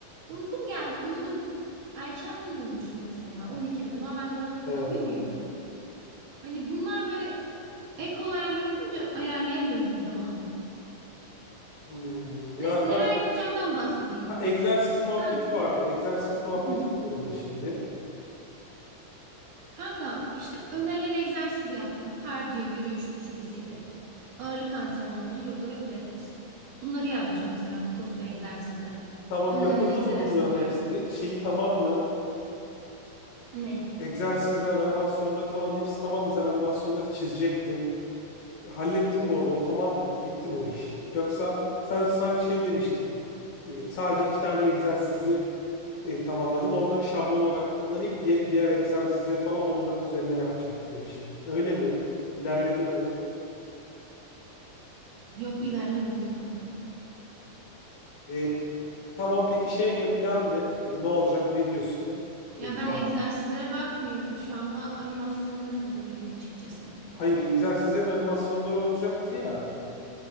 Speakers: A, on the right (about 80°); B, on the left (about 50°).
A: Uykum geldi, uyudum. Erkenden uyumuşum mesela 12'de. Normalde ben 12'de
B: he.
A: uyumuyorum. Hani bunlar böyle e, ek olaylar olunca ayarlayamıyorum zamanı.
B: Hmm,
A: Neyse
B: ya kanka
A: neler yapacağımdan bahsedeyim
B: ha,
A: sana.
B: egzersiz muhabbeti
A: Ben
B: vardı. Egzersiz muhabbeti
A: <clears throat>
B: ne durumda şimdi?
A: kanka işte önerilen egzersiz yaptım. Kardiyo, yürüyüş, koşu, bisiklet. Ağırlık antrenmanları, yoga ve pilates. Bunları yazmışım mesela Picosso egzersize.
B: Tamam
A: Önerilen
B: yapıldı
A: egzersiz
B: mı bunların
A: olarak.
B: hepsi? Şeyi tamam mı?
A: Ne?
B: Egzersizler, animasyonları falan hepsi tamam mı? Sen animasyonları çizecektin. Hallettin mi onu? O tamam mı? Bitti mi o iş? Yoksa sen sanki şey demiştin. E, sadece iki tane egzersizi e, tamamladım. Onları şablon olarak kullanıp di- diğer egzersizleri falan onların üzerine yapacağım demiştin. Öyle mi? İlerledi mi?
A: Yok ilerlemedi kanka.
B: E, tamam peki şey ne? Plan ne? E, ne olacak? Ne diyorsun?
A: Ya
B: E,
A: ben egzersizlere bakmıyorum. Şu anda animasyonlara bakıyorum açıkçası.
B: hayır egzersizlerin animasyonları olacaktı ya.